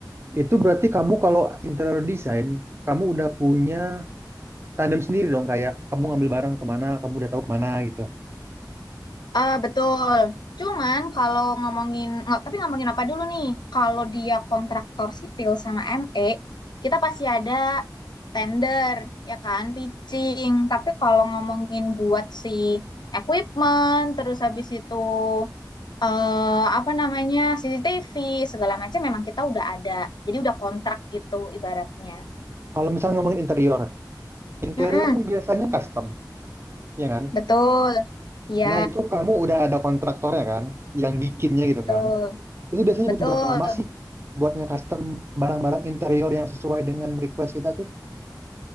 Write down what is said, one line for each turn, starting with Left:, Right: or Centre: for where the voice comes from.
Right: Itu berarti kamu kalau interior design, kamu udah punya tandem sendiri dong. Kayak kamu ngambil barang kemana, kamu udah tahu kemana gitu.
Left: Ah betul. Cuman kalau ngomongin, nggak, tapi ngomongin apa dulu nih? Kalau dia kontraktor sipil sama ME, kita pasti ada tender, ya kan, pitching. Tapi kalau ngomongin buat si equipment, terus habis itu eh apa namanya CCTV segala macam memang kita udah ada jadi udah kontrak gitu ibaratnya
Right: Kalau misalnya ngomongin interior, interior
Left: Mm-mm,
Right: kan biasanya custom, ya kan?
Left: betul ya
Right: Nah, itu kamu udah ada kontraktornya kan, yang bikinnya gitu
Left: betul
Right: kan. Itu biasanya
Left: betul
Right: butuh berapa lama sih buat nge-custom barang-barang interior yang sesuai dengan request kita tuh?